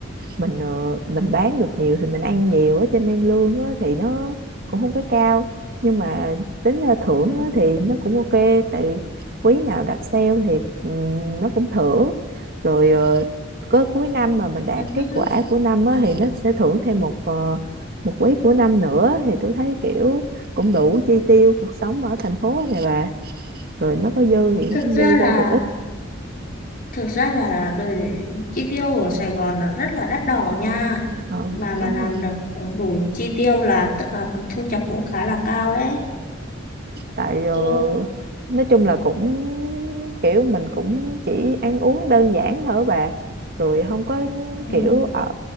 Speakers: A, on the right; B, on the left.
A: mình ờ, mình bán được nhiều thì mình ăn nhiều á cho nên lương á thì nó cũng không có cao nhưng mà tính ra thưởng
B: Ừ,
A: á thì nó cũng ok tại vì quý nào đạt sale thì ừm, nó cũng thưởng rồi ờ, có cuối năm mà mình đạt
B: ừ,
A: kết
B: ừ.
A: quả của năm á thì nó sẽ thưởng thêm một ờ, một quý của năm nữa thì tôi thấy kiểu cũng đủ chi tiêu cuộc sống ở thành phố này bà rồi nó có dư thì nó
B: Thực
A: cũng
B: ra
A: dư ra
B: là
A: được ít
B: thực ra là đời chi tiêu ở Sài Gòn là rất là đắt đỏ nha
A: ừ
B: mà mà
A: đúng
B: làm
A: rồi
B: được đủ chi tiêu là tức là thu nhập cũng khá là cao đấy
A: tại ờ,
B: chứ
A: nói chung là cũng kiểu mình cũng chỉ ăn uống đơn giản thôi bà rồi không có
B: ừ,
A: kiểu ở